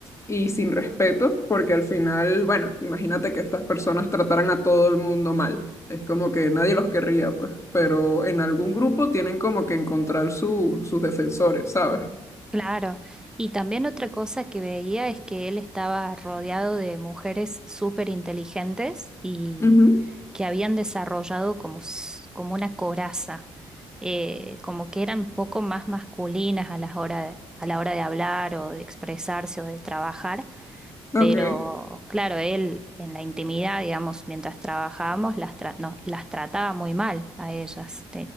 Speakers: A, on the left; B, in the centre.
A: y sin respeto, porque al final, bueno, imagínate que estas personas trataran a todo el mundo mal. Es como que nadie los querría, pues, pero en algún grupo tienen como que encontrar su, sus defensores, ¿sabes?
B: Claro, y también otra cosa que veía es que él estaba rodeado de mujeres súper inteligentes y
A: Ujú.
B: que habían desarrollado como, s- como una coraza, eh, como que eran poco más masculinas a la hora de, a la hora de hablar o de expresarse o de trabajar,
A: Ok,
B: pero claro, él en la intimidad, digamos, mientras trabajábamos, las, tra- no, las trataba muy mal a ellas,